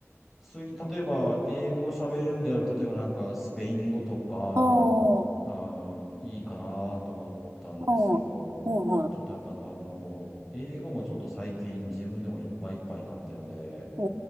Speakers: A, in the centre; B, on the right.
A: 次、例えば、英語喋れるんであれば、例えばなんか、スペイン語とか、
B: あ、
A: なんか、いいかなと思ったんですけど、
B: ああ、はいはい。
A: ちょっとやっぱな、もう、英語もちょっと最近自分でもいっぱいいっぱいになってるんで、
B: お